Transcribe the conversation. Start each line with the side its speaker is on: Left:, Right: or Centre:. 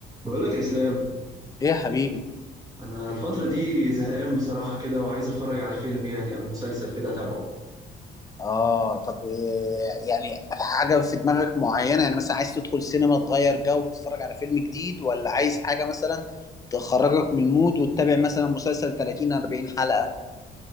Right: بقولك يا إسلام
Left: ايه يا حبيبي
Right: أنا الفترة دي زهقان بصراحة كده وعايز أتفرج على فيلم يعني أو مسلسل كده أتابعه
Left: اه طب إيه يعني حاجة في دماغك معينة يعني مثلا عايز تدخل سينما تغير جو وتتفرج على فيلم جديد ولا عايز حاجة مثلا تخرجك من المود وتتابع مثلا مسلسل 30 40 حلقة